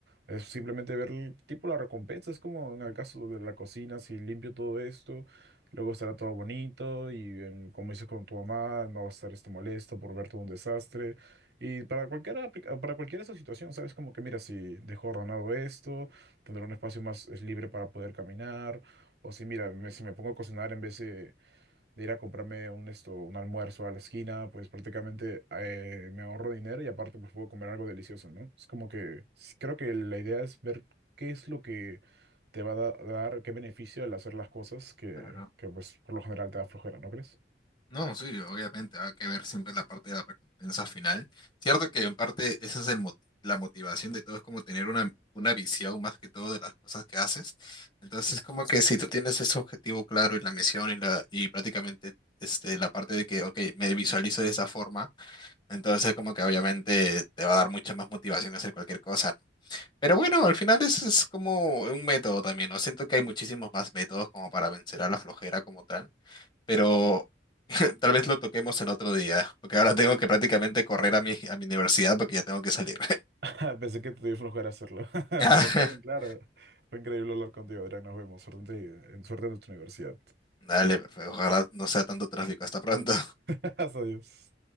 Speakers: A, on the right; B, on the left.
A: es simplemente ver el tipo la recompensa. Es como en el caso de la cocina, si limpio todo esto, luego estará todo bonito y em, como dices con tu mamá, no va a estar esto molesta por ver todo un desastre. Y para cualquier, apli- para cualquier esa situación, ¿sabes? Como que mira, si dejo ordenado esto, tendré un espacio más eh, libre para poder caminar. O si mira, me- si me pongo a cocinar en vez de de ir a comprarme un, esto, un almuerzo a la esquina, pues prácticamente eh, me ahorro dinero y aparte pues puedo comer algo delicioso, ¿no? Es como que s- creo que la idea es ver qué es lo que te va a da- dar, qué beneficio al hacer las cosas que,
B: claro.
A: que pues por lo general te da flojera, ¿no crees?
B: No, sí, obviamente va a que ver siempre la parte de la recompensa final. Cierto que en parte esa es el mo- la motivación de todo, es como tener una, una visión más que todo de las cosas que haces. Entonces es como que si tú tienes ese objetivo claro y la misión y, la, y prácticamente este, la parte de que, ok, me visualizo de esa forma, entonces como que obviamente te va a dar mucha más motivación a hacer cualquier cosa, ¿no? Pero bueno, al final es, es como un método también, ¿no? Siento que hay muchísimos más métodos como para vencer a la flojera como tal pero <laughs> tal vez lo toquemos en otro día, porque ahora tengo que prácticamente correr a mi, a mi universidad porque ya tengo que salir.
A: <laughs> Pensé que te dio flojera hacerlo, <laughs>
B: <laughs>
A: pero está bien, claro. Fue increíble hablar contigo, Adrián. Nos vemos. Suerte en, en- suerte en tu universidad.
B: Dale, pues, ojalá no sea tanto tráfico. Hasta pronto.
A: <laughs> Hasta Dios.